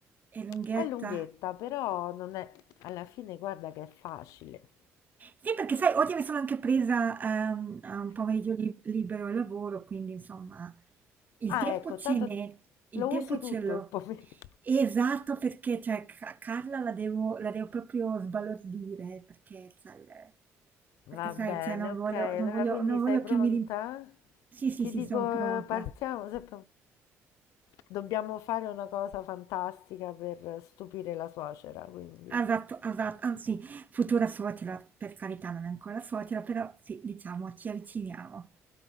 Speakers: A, on the right; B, on the left.
A: è lunghetta.
B: È lunghetta, però non è... Alla fine guarda che è facile.
A: Sì, perché sai, oggi mi sono anche presa, ehm, a un pomeriggio lib libero al lavoro, quindi insomma il
B: Ah,
A: tempo
B: ecco,
A: ce
B: tanto
A: n'è, il
B: lo
A: tempo
B: usi
A: ce
B: tutto
A: l'ho.
B: il pomeriggio.
A: Esatto, perché cioè, Ca- Carla la devo, la devo proprio sbalordire, perché, sai, eh,
B: Va
A: perché sai,
B: bene,
A: cioè, non
B: ok.
A: voglio,
B: Allora,
A: non voglio,
B: quindi
A: non
B: sei
A: voglio
B: pronta?
A: che mi... rim- Sì, sì,
B: Ti
A: sì,
B: dico,
A: sono pronta.
B: eh, partiamo. se- Dobbiamo fare una cosa fantastica per stupire la suocera, quindi
A: Esatto, esatto, anzi, futura suocera, per carità, non è ancora suocera, però sì, diciamo, ci avviciniamo